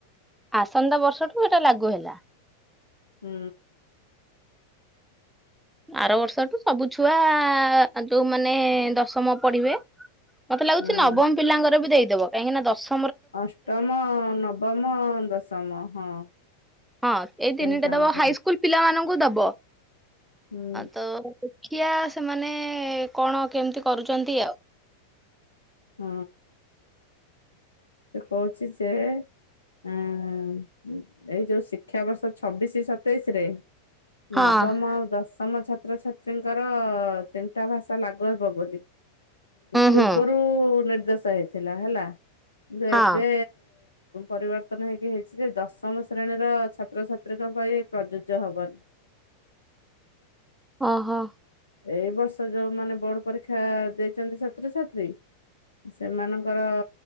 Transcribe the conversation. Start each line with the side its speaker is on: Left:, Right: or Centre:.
Centre: ଆସନ୍ତା ବର୍ଷଠୁ ଏଟା ଲାଗୁ ହେଲା।
Left: ହୁଁ।
Centre: ଆର ବର୍ଷଠୁ ସବୁ ଛୁଆ ଯୋଉ ମାନେ ଦଶମ ପଢିବେ। ମତେ ଲାଗୁଛି
Left: ହୁଁ
Centre: ନବମ ପିଲାଙ୍କର ବି ଦେଇଦବ କାହିଁକି ନା ଦଶ
Left: ଅଷ୍ଟମ ନବମ ଦଶମ ହଁ।
Centre: ହଁ ଏଇ ତିନିଟା
Left: ତିନିଟାଙ୍କର
Centre: ଦବ ହାଇସ୍କୁଲ ପିଲାମାନଙ୍କୁ ଦବ
Left: ହୁଁ
Centre: ତ ମୁଖିଆ ସେମାନେ କଣ କେମିତି କରୁଛନ୍ତି ଆଉ।
Left: ହୁଁ। ସେ କହୁଛି ଯେ ହୁଁ ଏଇ ଯୋଉ ଶିକ୍ଷାବର୍ଷ ଛବିଶି ସତେଇଶି ରେ
Centre: ହଁ
Left: ନବମ ଆଉ ଦଶ ତମ ଛାତ୍ରଛାତ୍ରୀଙ୍କର ତିନିଟା ଭାଷା ଲାଗୁ ହେବ ବୋଲି। ପୂର୍ବରୁ
Centre: ହୁଁ ହୁଁ
Left: ନିର୍ଦ୍ଦେଶ ହେଇଥିଲା ହେଲା କିନ୍ତୁ ଏବେ
Centre: ହଁ
Left: ପରିବର୍ତ୍ତନ ହେଇକି ହେଇଛି ଯେ ଦଶମ ଶ୍ରେଣୀର ଛାତ୍ରଛାତ୍ରୀଙ୍କ ପାଇଁ ପ୍ରଯୁଜ୍ୟ ହବନି।
Centre: ଓହୋ।
Left: ଏଇ ବର୍ଷ ଯୋଉ ମାନେ ବୋର୍ଡ ପରୀକ୍ଷା ଦେଇଛନ୍ତି ଛାତ୍ରଛାତ୍ରୀ ସେମାନଙ୍କର